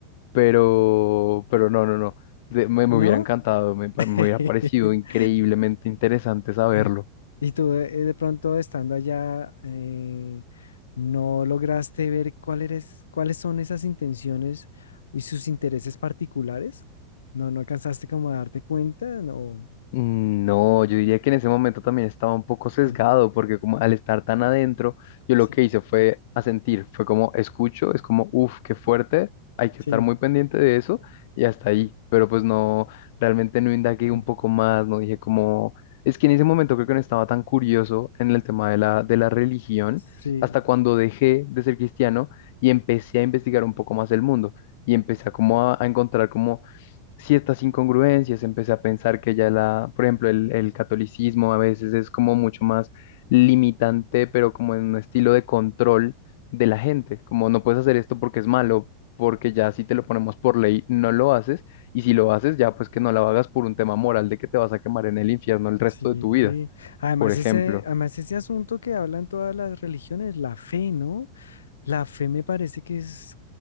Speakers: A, on the left; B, on the left.
A: pero, pero no, no, no. De- me, me
B: ¿No?
A: hubiera encantado, me, pa-
B: <laughs>
A: me hubiera parecido increíblemente interesante saberlo.
B: <clears throat> Y tú eh, de pronto estando allá, eh, no lograste ver cuál eres- cuáles son esas intenciones y sus intereses particulares. No, no alcanzaste como a darte cuenta, no.
A: Mm, No, yo diría que en ese momento también estaba un poco sesgado,
B: <clears throat>
A: porque como al estar tan adentro, yo
B: Sí,
A: lo que hice fue asentir, fue como escucho, es como, uff, qué fuerte, hay que
B: sí,
A: estar muy pendiente de eso y hasta ahí, pero pues no, realmente no indagué
B: <clears throat>
A: un poco más, no dije como, es que en ese momento creo que no estaba tan curioso en el tema de la, de la religión,
B: sí.
A: hasta cuando dejé de ser cristiano y empecé a investigar un poco más el mundo y empecé a como a a encontrar como ciertas incongruencias, empecé a pensar que ya la, por ejemplo, el, el catolicismo a veces es como mucho más limitante, pero como en un estilo de control de la gente, como no puedes hacer esto porque es malo, porque ya si te lo ponemos por ley no lo haces, y si lo haces ya pues que no lo hagas por un tema moral de que te vas a quemar en el infierno el resto
B: Sí,
A: de tu vida,
B: además
A: por ejemplo.
B: ese, además ese asunto que hablan todas las religiones, la fe, ¿no? La fe me parece que es,